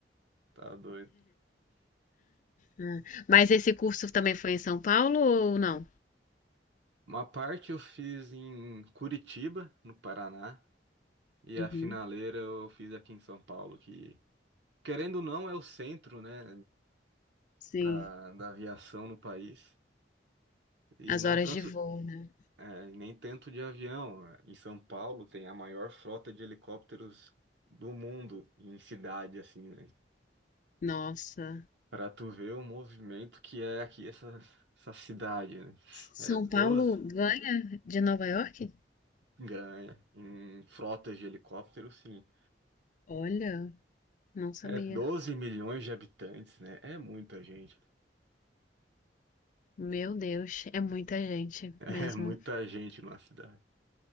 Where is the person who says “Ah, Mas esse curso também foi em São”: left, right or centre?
Left